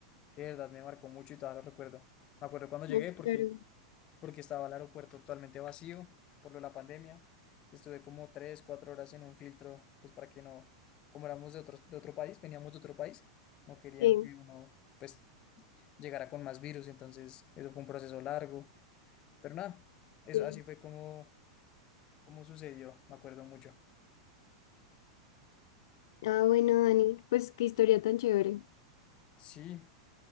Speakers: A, on the left (about 40°); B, on the left (about 70°).
A: que de verdad me marcó mucho y todavía lo recuerdo. Me acuerdo cuando llegué
B: ah,
A: porque...
B: claro,
A: porque estaba el aeropuerto totalmente vacío por lo de la pandemia. Estuve como tres, cuatro horas en un filtro, pues para que no, como éramos de otros, de otro país, veníamos de otro país, no querían
B: sí,
A: que uno, pues, llegara con más virus, entonces eso fue un proceso largo, pero nada, eso
B: sí.
A: así fue como, como sucedió, me acuerdo mucho.
B: Ah, bueno, Dani, pues qué historia tan chévere.
A: Sí,